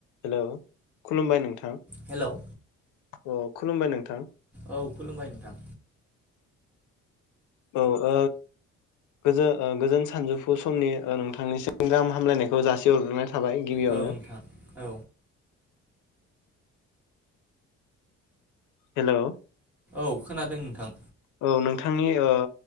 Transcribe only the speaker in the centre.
हेल'
औ खुलुमबाय नोंथां।
औ नोंथां औ
औ खोनादों नोंथां।